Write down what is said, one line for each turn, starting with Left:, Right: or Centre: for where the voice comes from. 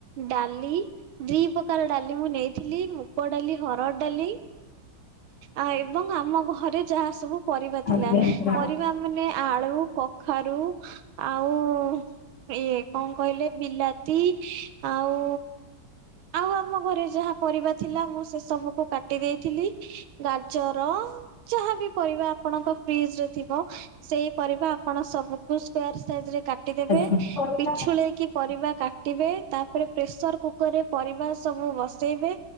Right: ଡାଲି, ଦି ପ୍ରକାର ଡାଲି ମୁଁ ନେଇ ଥିଲି ମୁଗ ଡାଲି, ହରଡ଼ ଡାଲି। ଆଉ ଏବଂ ଆମ ଘରେ ଯାହା ସବୁ ପରିବା ଥିଲା।
Left: ଆଜ୍ଞା ଆଜ୍ଞା ଆଜ୍ଞା ଆଜ୍ଞା ଆଜ୍ଞା। ଆଜ୍ଞା ଆଜ୍ଞା ମ୍ୟାଡ଼ାମ ଆଜ୍ଞା ଆଜ୍ଞା ମ୍ୟାଡ଼ାମ।
Right: ପରିବା ମାନେ ଆଳୁ, କଖାରୁ ଆଉ ଇଏ କଣ କହିଲେ ବିଲାତି ଆଉ ଆଉ ଆମ ଘରେ ଯାହା ପରିବା ଥିଲା ମୁଁ ସେ ସବୁକୁ କାଟି ଦେଇଥିଲି। ଗାଜ ର ଯାହାବି ପରିବା ଆପଣଙ୍କ ଫ୍ରିଜରେ ଥିବ। ସେଇ ପରିବା ଆପଣ ସବୁକୁ ସ୍କୋୟାର ସାଇଜରେ କାଟିଦେବେ।
Left: ଆଜ୍ଞା ମ୍ୟାଡ଼ାମ
Right: ପିଛୁଳେଇକି ପରିବା କାଟିବେ। ତା ପରେ ପ୍ରେସର କୁକରରେ ପରିବା ସବୁ ବସେଇବେ।